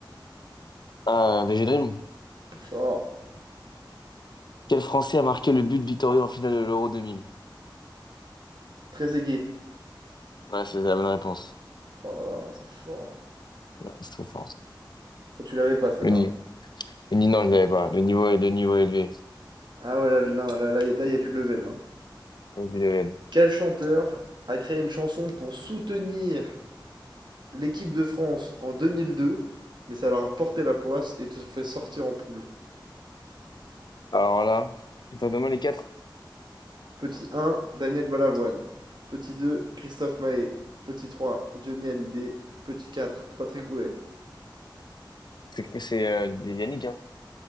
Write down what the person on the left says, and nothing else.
Ah, VG Dream.
Quel Français a marqué le but victorieux en finale de l'Euro 2000?
Ouais, c'est la bonne réponse.
Ouais, c'est très fort.
Le ni... le ni- non, je l'avais pas. Le niveau est, le niveau est élevé.
Vas-y, Lionel.
Alors là, je t'en demande les quatre.
C'est c'est, euh, Yannick, hein?